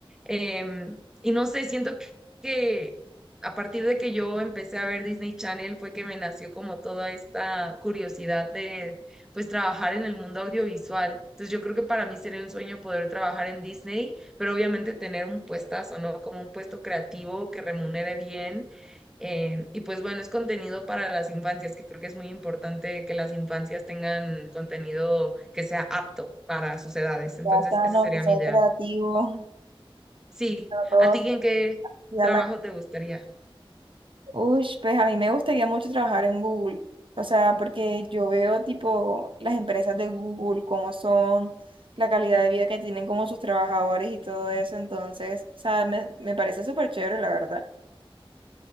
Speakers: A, in the centre; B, on the right.
A: em, y no sé, siento que a partir de que yo empecé a ver Disney Channel fue que me nació como toda esta curiosidad de, pues, trabajar en el mundo audiovisual. Entonces yo creo que para mí sería un sueño poder trabajar en Disney, pero obviamente tener un puestazo, ¿no? Como un puesto creativo que remunere bien eh, y pues bueno, es contenido para las infancias, que creo que es muy importante que las infancias tengan contenido que sea apto para sus edades. Entonces,
B: Ya están
A: ese
B: los
A: sería
B: procesos
A: mi ideal.
B: creativos,
A: Sí,
B: a todos.
A: ¿a ti en qué
B: Ya
A: trabajo
B: la...
A: te gustaría?
B: Uy, pues a mí me gustaría mucho trabajar en Google. O sea, porque yo veo tipo las empresas de Google, cómo son, la calidad de vida que tienen como sus trabajadores y todo eso. Entonces, o sea, me, me parece súper chévere, la verdad.